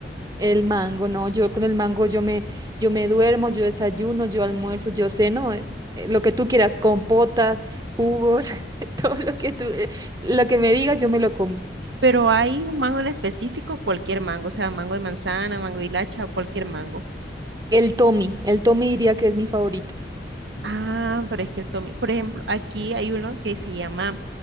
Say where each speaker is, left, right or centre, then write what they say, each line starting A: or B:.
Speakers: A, on the right (about 20°); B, on the right (about 80°).
A: El mango, no, yo con el mango yo me, yo me duermo, yo desayuno, yo almuerzo, yo ceno, eh, eh, lo que tú quieras, compotas, jugos, <laughs> todo lo que tú, eh, lo que me digas, yo me lo como.
B: Pero hay un mango en específico, cualquier mango, o sea, mango de manzana, mango de hilacha, o cualquier mango.
A: El Tommy, el Tommy diría que es mi favorito.
B: Ah, pero es que el tomi, por ejemplo, aquí hay uno que se llama